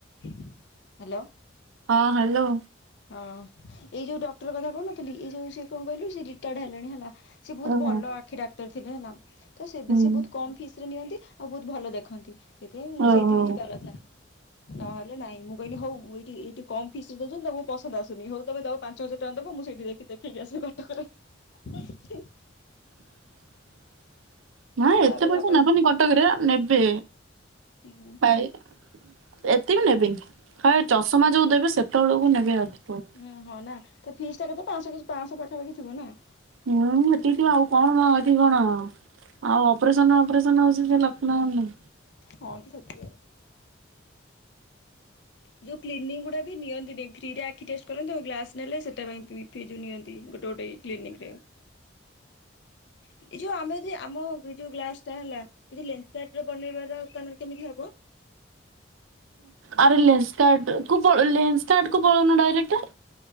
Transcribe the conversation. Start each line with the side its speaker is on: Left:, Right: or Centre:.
Left: Hello.
Right: ହଁ hello.
Left: ହଁ ଏଇ ଯୋଉ ଡକ୍ଟର କଥା କହୁନଥିଲି ଏଇ ଯୋଉ ସେ କଣ କହିଲୁ ସେ ରିଟାୟାର୍ଡ ହେଲାଣି ହେଲା। ସେ ବହୁତ
Right: ଓହୋ
Left: ଭଲ ଆଖି ଡାକ୍ତର ଥିଲେ ହେଲା ତ ସେ
Right: ହୁଁ
Left: ସେ ବହୁତ କମ ଫିସ ରେ ନିଅନ୍ତି। ଆଉ ବହୁତ ଭଲ ଦେଖନ୍ତି ସେଥିପାଇଁ ମୁଁ
Right: ଓହୋ
Left: ସେଇଠିକି ଯିବା କଥା। ନହେଲେ ନାଇଁ ମୁଁ କହିଲି ହଉ ଏଇଠି ଏଇଠି କମ ଫିସରେ ଦଉଛନ୍ତି ତ ପସନ୍ଦ ଆସୁନି ହଉ ତମେ ଯାଅ ପାଞ୍ଚ ହଜାର ଟଙ୍କା ଦବ ମୁଁ ସେଇଠି ଯାଇକି ଦେଖେଇକି ଆସିବି କଟକରେ। ଉଁହୁଁ।
Right: <inaudible> ମା
Left: ତାପରେ
Right: ଏତେ ପଇସା
Left: ବାପାକୁ
Right: ନବନି କଟକରେ ନେବେ
Left: ହୁଁ
Right: ପାଏ ଏତେବି ନେବେନି କାଳେ ଚଷମା ଯୋଉ ଦେବେ ସେତେବେଳକୁ ନେବେ ଅଧିକ।
Left: ହଁ ହଁ ନା ଫିସ୍ ଟା କେତେ ପାଞ୍ଚଶହ କି ପାଞ୍ଚଶହ ପାଖାପାଖି ଥିବ ନା?
Right: ହୁଁ ହେଟିକି ଥିବ ଆଉ କଣ ମ ଏଥି କଣ? ଆଉ ଅପରେସନ ଅପରେସନ ହଉଛି ଯେ ସେ <unintelligible>
Left: ହଁ ତ ସେଥିକିରେ ଯଉ କ୍ଲିନିକ ଗୁଡ଼ା ବି ନିଅନ୍ତିନି ଫ୍ରୀ ରେ ଆଖି ଟେଷ୍ଟ କରନ୍ତି ଆଉ ଗ୍ଲାସ୍ ନେଲେ ସେଟା ପାଇଁ ଫି ଜଉ ନିଅ ନ୍ତି ଗୋଟେ ଗୋଟେ କ୍ଲିନିକରେ। ଏଇ ଯୋଉ ଆମେ ଯଦି ଆମ ଯୋଉ ଗ୍ଲାସ ଟା ହେଲା ଯଦି ଲେନ୍ସକାର୍ଟ ବନେଇବାର ଦୁକାନରେ କେମିତି ହବ?
Right: ଆରେ ଲେନ୍ସକାର୍ଟ କୁ ପ ଲେନ୍ସକାର୍ଟ କୁ ପଳଉନୁ ଡାଇରେକ୍ଟ।